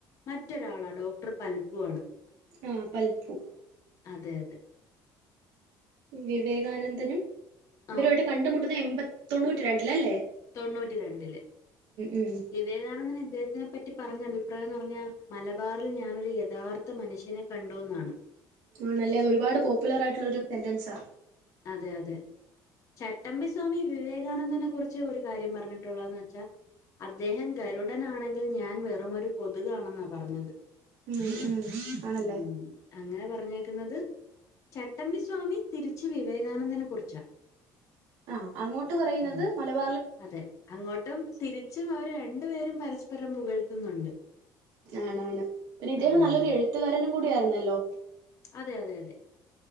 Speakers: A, on the left; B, on the right.
A: മറ്റൊരാളാ ഡോക്ടർ പൽപ്പോ ആണ്
B: ആഹ് പൽപ്പൂ
A: തെയതെ.
B: വിവേകാനന്ദനും ഇവരുമായിട്ട്
A: ആ
B: കണ്ടുമുട്ടുന്ന എൺമ്പ തൊണ്ണൂറ്റി രണ്ടില് അല്ലേ?
A: തൊണ്ണൂറ്റി രണ്ടില്.
B: ഉം
A: വിവേകാനന്ദന് ഇദ്ദേഹത്തിന് പറ്റി പറഞ്ഞ അഭിപ്രായംന്ന് പറഞ്ഞാ മലബാറിൽ ഞാനൊരു യഥാർത്ഥ മനുഷ്യനെ കണ്ടുന്നാണ്.
B: ആണല്ലേ അത് ഒരുപാട് പോപ്പുലർ ആയിട്ടുള്ള ഒരു സെന്റൻസാ.
A: അതെ അതെ ചട്ടമ്പി സ്വാമി വിവേകാനന്ദനെ കുറിച്ച് ഒരു കാര്യം പറഞ്ഞിട്ടുള്ളതെന്ന് വെച്ചാ അദ്ദേഹം ഗരുഡനാണെങ്കിൽ ഞാൻ വെറുമൊരു കൊതുകാണെന്നാ പറഞ്ഞത്.
B: ഉം ഉം ആണല്ലേ
A: ഉം അങ്ങനെ പറ ഞ്ഞേക്കുന്നത് ചട്ടമ്പി സ്വാമി തിരിച്ച് വിവേകാനന്ദനെ കുറിച്ചാ.
B: ആഹ് അങ്ങോട്ട് പറയുന്നത്
A: ഉം
B: മലബ
A: അതെ അങ്ങോട്ടും തിരിച്ചും അവര് രണ്ടു പേരും പരസ്പരം പുകഴ്ത്തുന്നുണ്ട്.
B: ആണാണ് പിന്നെ ഇദ്ദേഹം
A: ആണല്ലേ
B: നല്ലൊരു എഴുത്തുകാരനും കൂടി ആയിരുന്നല്ലോ.
A: അതെ അതെ അതെ